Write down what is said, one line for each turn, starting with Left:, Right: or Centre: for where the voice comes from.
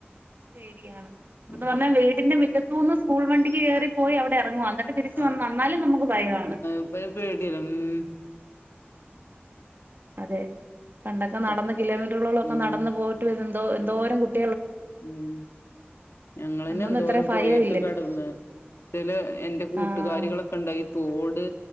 Right: പേടിയാണ്ന്ന്
Left: ഉം
Right: പറഞ്ഞാൽ, വീടിന്റെ മി റ്റത്തൂ ന്ന് സ്കൂൾ വണ്ടിക്ക് കയറിപ്പോയി അവിടെ ഇറങ്ങുവാ ന്നിട്ട് തിരിച്
Left: ആഹ്
Right: വന്ന്ന്നാലും നമുക്ക് ഭയാണ്.
Left: ഇപ്പൊ പേടിയല്ലേ ഉം
Right: അതെ. പണ്ടൊക്കെ
Left: ഇപ്പ
Right: നടന്ന് കിലോമീറ്ററുകളോളക്കെ
Left: ഉം
Right: നടന്ന് പോയിട്ട് വരുമ്പോ എന്തോ എന്തോരം കുട്ടി
Left: ഉം. ഞങ്ങളന്നെ
Right: അന്നൊന്നും
Left: എന്തോരം
Right: ഇത്ര ഭയം
Left: പൊയക്കെ
Right: ഇല്ലല്ലോ
Left: കടന്ന് ചില എന്റെ കൂട്ടുകാരികളൊക്കെ
Right: ആഹ്
Left: ഉണ്ടായി തോട്